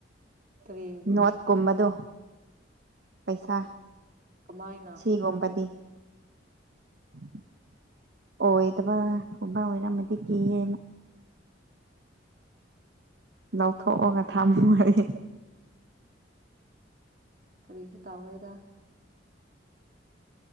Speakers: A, on the right; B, on the right.
A: ꯀꯔꯤ
B: ꯅꯣꯠꯀꯨꯝꯕꯗꯣ ꯄꯩꯁꯥ
A: ꯀꯃꯥꯏꯅ
B: ꯁꯤꯒꯨꯝꯕꯗꯤ <inaudible> ꯑꯣꯗꯕ ꯎꯕ ꯑꯣꯏꯔ ꯃ ꯀꯅ ꯂꯧꯊꯣꯛꯑꯒ ꯊꯝꯃꯨꯒꯔꯤ
A: ꯀꯔꯤꯁ ꯇꯥꯎꯔ ꯑꯣꯏꯗ